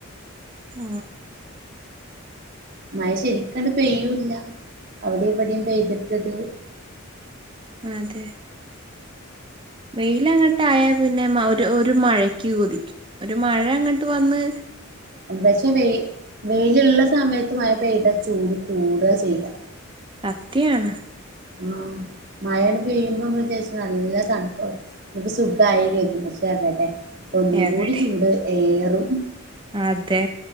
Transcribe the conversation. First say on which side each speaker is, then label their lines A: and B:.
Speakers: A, on the right (about 25°); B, on the right (about 45°).
A: ആ
B: മഴാ ശരിക്ക് അങ്ങ്കിട് പെയ്യുംയില്ല അവിടെയും ഇവിടെയും പെയ്തിട്ട് ഇത്
A: അതേ വെയിൽ അങ്ങട്ട് ആയാ പിന്നെ മൗ ഒരു മഴയ്ക്ക് കൊതിക്കും ഒരു മഴ ഇങ്ങട്ട് വന്നു
B: പക്ഷെ വെയിൽ വെയിൽ ഉള്ള സമയത്ത് മഴാ പെയ്താ ചൂട് കു കൂടാ ചെയ്യാ
A: സത്യം യാണ്
B: ആ മഴ അങ്ങ് പെയ്യുമ്പോ നമ്മൾ വിചാരിച്ചു നല്ലതാണ് ആ ഇപ്പൊ സുഖയായില്ലേ എന്ന് വിചാരിച്ച എവിടെ ഒന്നുകൂടെ
A: എവിടെ
B: ചൂട് എയറി <unintelligible>
A: അതെ